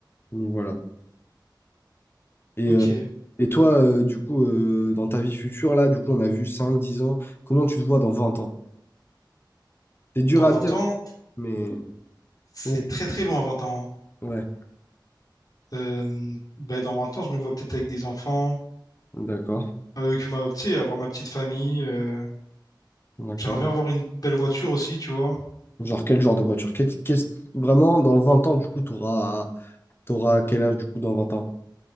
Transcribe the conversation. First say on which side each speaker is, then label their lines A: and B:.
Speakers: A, on the left; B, on the left.
A: donc voilà. Et,
B: Ok.
A: euh, et toi, euh, du coup, euh, dans ta vie future, là, du coup, on a vu 5 10 ans, comment tu te vois dans 20 ans? C'est dur
B: Dans
A: à
B: vingt
A: dire,
B: ans,
A: mais
B: c'est
A: comment-
B: très très loin, Vingt ans. hein.
A: Ouais,
B: Euh, ben, dans vingt ans, je me vois peut-être avec des enfants,
A: d'accord,
B: avec ma, tu sais, avoir ma petite famille. euh,
A: d'accord.
B: J'aimerais bien avoir une belle voiture aussi, tu vois.
A: Genre, quel genre de voiture? Qu'est- qu'est-ce- Vraiment, dans 20 ans, du coup, t'auras, t'auras quel âge, du coup, dans 20 ans?